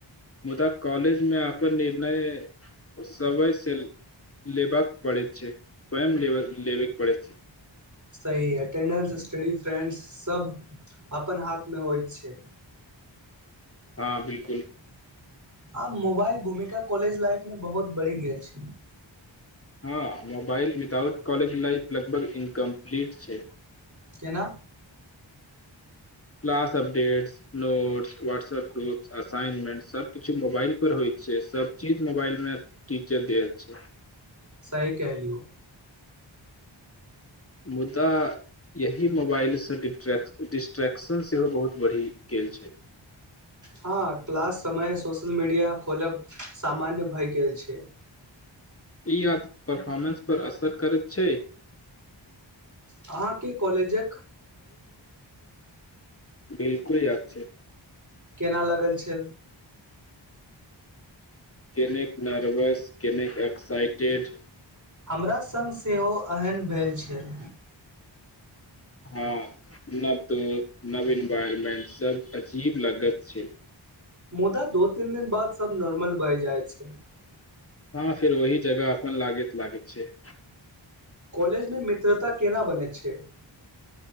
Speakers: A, on the left; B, on the right.
A: मुदा कॉलेजमे अपन निर्णय समयसँ लेबाक पड़ैत छै स्वयं लेबयके पड़ैत छै
B: सही अटेंडेंस स्टडी फ्रेंड्ससभ अपन हाथमे होइत छै
A: हँ बिलकुल
B: आब मोबाइल भूमिका कॉलेज लाइफमे बहुत बढ़ि गेल छै
A: हँ मोबाइल विदााउट कॉलज लाइफ लगभग इनकम्प्लीट छै
B: केना
A: class updates notes WhatsApp groups assignment सभकिछु मोबाइलपर होइ छै सभचीज मोबाइलमे टीचर द छै
B: सही कहलियौ
A: मुदा यही मोबाइलसँ डिस्ट्रैक डिस्ट्रैेक्शन सेहो बहुत बढ़ि गेल छै
B: हँ क्लास समय सोशल मीडिया खोलब सामान्य भए गेल छै
A: ई आ परर्फॉर्मन्स पर असर करैत छै
B: अहाँके कॉलेजक
A: बिल्कुल याद छै
B: केना लागल छल
A: कनेक नार्भास कनेक एक्साइटेड
B: हमरा सङ्ग सेहो एहन भेल छल
A: हँ नव दोस्त नवी एनवायरमेंट सभ अजीब लागत छै
B: मुदा दो तीन दिन बाद सब नॉर्मल बहि जाइ छै
A: हँ फेर ओही जगह अपन लागैत लागैत छैिय
B: कॉलेजमे मित्रता केना बनैत छै